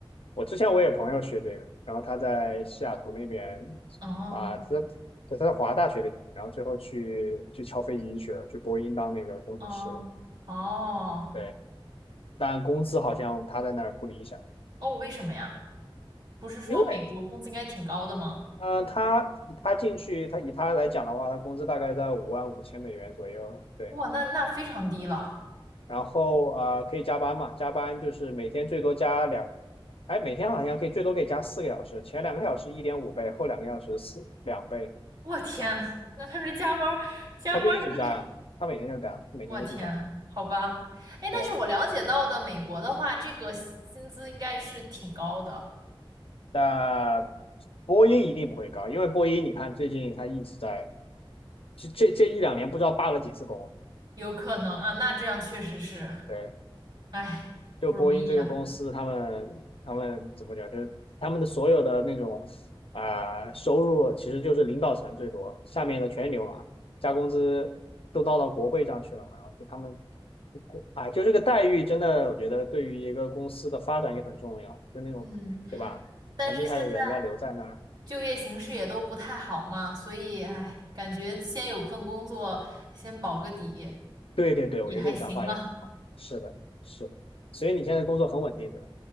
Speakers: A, on the left; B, on the right.
A: 我之前我也有朋友学这个，然后他在西雅图那边
B: 哦，
A: 啊，他对他在华大学的医然后最后去去敲飞机去了，去波音当那个工程师。
B: 哦，哦，
A: 对，但工资好像他在那儿不理想，
B: 哦，为什么呀？不是说美国工资应该挺高的吗？
A: 因为嗯、呃他他进去，他以他来讲的话，他工资大概在五万五千美元左右。对，
B: 哇，那那非常低了。
A: 然后啊、呃可以加班嘛，加班就是每天最多加两。哎，每天好像可以最多可以加四个小时，前两个小时一点五倍，后两个小时四两倍
B: 我天，
A: 啊。
B: 那他这加班儿加班儿这个是，
A: 他就一直加呀，他每天就加，每天都去加班。
B: 我天，好吧，哎，但是我了解到的美国的话，
A: 对，
B: 这个薪资应该是挺高的，
A: 但波音一定不会高，因为波音你看最近他一直在，这这这一两年不知道罢了几次工。
B: 有可能啊，那这样确实是，
A: 对，
B: 哎，
A: 就波音这个公司，
B: 不容易啊，
A: 他们他们怎么讲，就是他们的所有的那种啊、呃收入，其实就是领导层最多，下面的全牛嘛，加工资都闹到国会上去了嘛，然后就他们啊，就这个待遇真的，我觉得对于一个公司的发展也很重要，就那种，
B: 嗯，
A: 对吧？
B: 但是现在
A: 很厉害的人要留在那儿。
B: 就业形势也都不太好嘛，所以哎，感觉先有份工作，先保个底，
A: 对对对，我觉得这个想法也很好。
B: 也还行了。
A: 是的，是的。所以你现在工作很稳定，对吧？